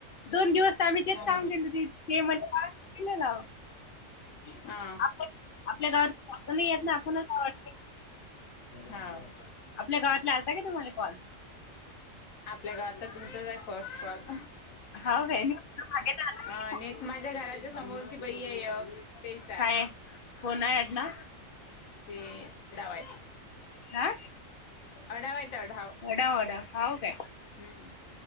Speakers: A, on the left; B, on the left.
A: दोन
B: त्या
A: दिवस आम्ही तेच सांगुन गेलो ते म्हणे पाच किलो लाव
B: हा.
A: आपल्या आपल्या गावात जास्त नाही येत ना आपणच वाटते
B: हा.
A: आपल्या गावातला आलता का तुम्हाला कॉल
B: आपल्या गावात तर तुमचच आहे फर्स्ट कॉल
A: हाव का <inaudible>
B: आणि एक माझ्या घराच्या समोरची बाई आहे तेच आहे.
A: काय कोण आहे अडनाव
B: तेवा
A: हा
B: अढावा येत अढावा
A: वडा वडा हाव काय
B: हम्म